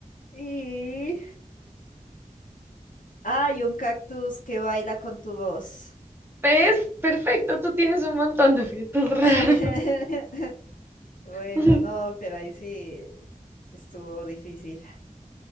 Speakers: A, on the left; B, on the right.
A: Y. Hay un cactus que baila con tu voz.
B: es perfecto. Tú tienes un montón de objetos raros.
A: <laughs> Bueno,
B: <laughs>
A: no, pero ahí sí. Estuvo difícil.